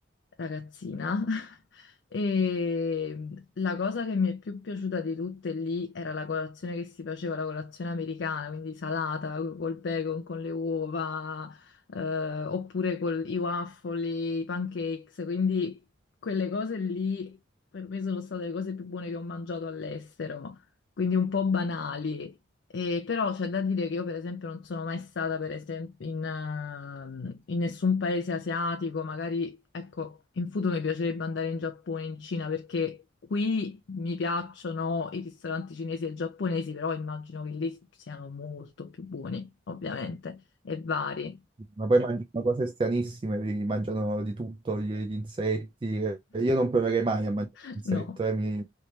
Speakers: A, on the left; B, on the right.
A: ragazzina, <laughs> e la cosa che mi è più piaciuta di tutte lì era la colazione che si faceva, la colazione americana, quindi salata col bacon, con le uova, eh, oppure con i waffle, i pancakes, quindi quelle cose lì per me sono state le cose più buone che ho mangiato all'estero, quindi un po' banali. E però c'è da dire che io, per esempio, non sono mai stata, per esempio, in, ehm, in nessun paese asiatico. Magari, ecco, in futuro mi piacerebbe andare in Giappone, in Cina, perché qui mi piacciono i ristoranti cinesi e giapponesi, però immagino che lì siano molto più buoni, ovviamente, e vari,
B: Ma poi mangiano cose stranissime, li- mangiano di tutto, gli, gli insetti. eh. Io non proverei mai a mangiare
A: <laughs>
B: un insetto,
A: no?
B: eh, mi-